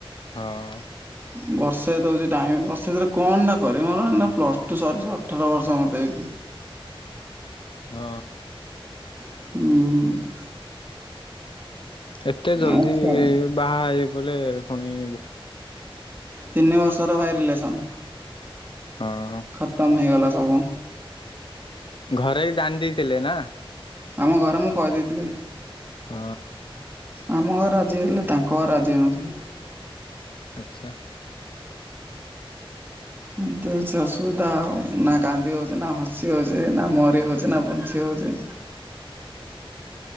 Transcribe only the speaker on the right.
<unintelligible> ବର୍ଷେ ଦଉଛି ଟାଇମ୍ ବର୍ଷେ ଭିତରେ କଣଟା କରିବି ମୋର ଏଇନା ପ୍ଲସ୍ ଟୁ ସରିଛି ଅଠର ବର୍ଷ ମୋତେ ହେଇଛି।
ହୁଁ।
ଆଉ ଛାଡ଼
ତିନି ବର୍ଷର ଭାଇ ରିଲେସନ।
ଖତମ ହେଇଗଲା ସବୁ।
ଆମ ଘରେ ମୁଁ କହିଦେଇଥିଲି।
ଆମ ଘରେ ରାଜି ହେଇଥିଲେ ତାଙ୍କ ଘରେ ରାଜି ହେଇନଥିଲେ।
ଏମିତି କିଛି ଅସୁବିଧା ଆଉ ନା କାନ୍ଦି ହଉଛି ନା ହସି ହଉଛି ନା ମରି ହଉଛି ନା ବଞ୍ଚି ହଉଛି।